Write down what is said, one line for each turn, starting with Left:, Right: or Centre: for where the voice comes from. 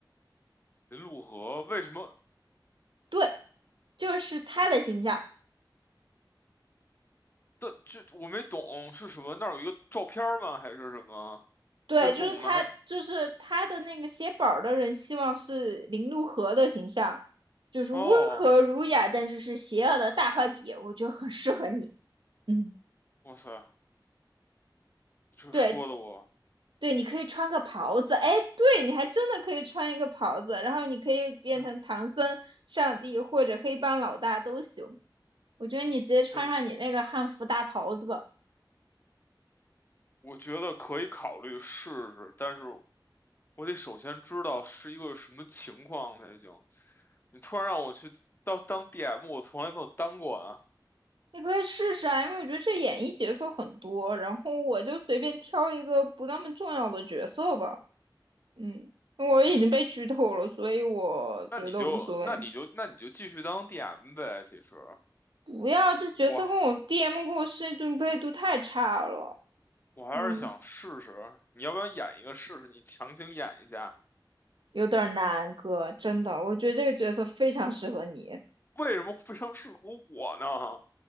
Left: 林陆河为什么？
Right: 对，就是他的形象。
Left: 但这我没懂是什么？那儿有一个照片儿吗？还是什么？
Right: 对，
Left: 为什么我们还？
Right: 就是他，就是他的那个写本的人，希望是林怒河的形象，就是温和儒雅，
Left: 哦，
Right: 但是是邪恶的大坏笔，我觉得很适合你。嗯，
Left: 哇塞，这说的我。
Right: 对，对，你可以穿个袍子，哎，对，你还真的可以穿一个袍子，然后你可以变成唐僧、
Left: 嗯。
Right: 上帝或者黑帮老大都行。我觉得你直接穿上你那个汉服大袍子吧，
Left: 对，我觉得可以考虑试试，但是我得首先知道是一个什么情况才行。你突然让我去当当 DM，我从来没有当过啊。
Right: 你可以试试啊，因为我觉得这演绎角色很多，然后我就随便挑一个不那么重要的角色吧。嗯，我已经被剧透了，所以我觉得无所谓。
Left: 那你就那你就那你就继续当 DM 呗。其实
Right: 不要，这角色跟我
Left: 我
Right: DM 跟我设定配度太差了。
Left: 我还是想试试，
Right: 嗯。
Left: 你要不要演一个试试？你强行演一下，
Right: 有点儿难哥，真的，我觉得这个角色非常适合你。
Left: 为什么非常适合我呢？